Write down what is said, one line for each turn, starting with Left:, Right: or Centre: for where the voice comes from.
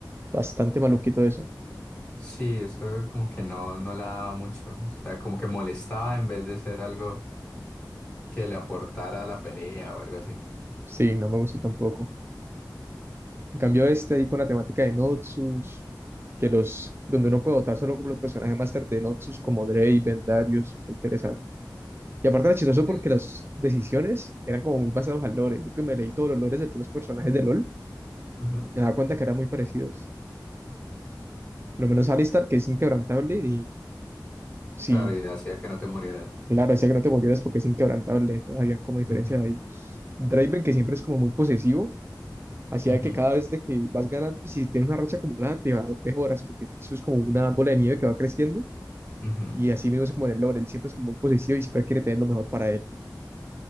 Right: Bastante maluquito eso.
Left: Sí, eso como que no, no la daba mucho. O sea, como que molestaba en vez de ser algo que le aportara a la pelea o algo así.
Right: Sí, no me gustó tampoco. En cambio este ahí con la temática de Notsus, que los, donde uno puede votar solo con los personajes máster de Notsus como Draven, Darius, muy interesante. Y aparte era chistoso
Left: Sí.
Right: porque las decisiones eran como muy basadas al lore. Yo que me leí todos los lores de todos los personajes de LoL,
Left: Ujú.
Right: me daba cuenta que eran muy parecidos. Lo menos Alistar, que es inquebrantable, y sí,
Left: Claro, y hacía que no te murieras.
Right: claro, decía que no te murieras porque es inquebrantable, entonces había como diferencias
Left: Ujú,
Right: ahí. Draven, que siempre es como muy posesivo, hacía
Left: ujú,
Right: que cada vez de que vas ganando, si tienes una racha acumulada, te va, mejoras, porque eso es como una bola de nieve que va creciendo,
Left: ujú.
Right: y así mismo es como en el lore, él siempre es como muy posesivo y siempre quiere tener lo mejor para él.